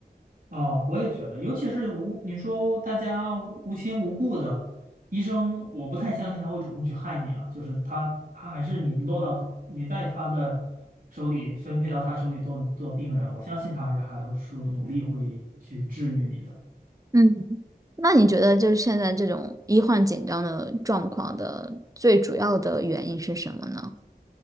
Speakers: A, on the right; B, on the right.
A: 啊，我也觉得，尤其是无，你说大家无无亲无故的，医生，我不太相信他会主动去害你啊，就是他他还是你落到你在他的手里分配到他手里做做病人，我相信他还是还会是努力会去治愈你的，
B: 嗯。那你觉得就是现在这种医患紧张的状况的最主要的原因是什么呢？